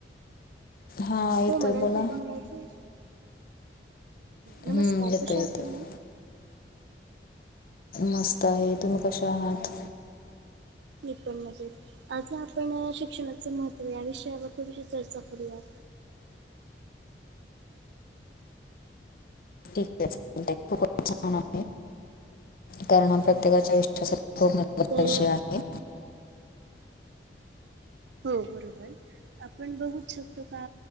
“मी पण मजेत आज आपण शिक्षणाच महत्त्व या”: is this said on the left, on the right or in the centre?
Right